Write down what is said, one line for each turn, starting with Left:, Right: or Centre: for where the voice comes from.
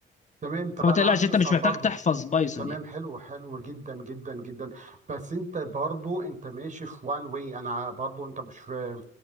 Right: تمام طب
Left: فما
Right: انا
Left: تقلقش
Right: عاوز
Left: انت
Right: اسال
Left: مش محتاج
Right: برضو
Left: تحفظ بايثون
Right: تمام
Left: يعني
Right: حلو حلو جدا جدا جدا بس انت برضو انت ماشي في وان واي انا برضو انت مش في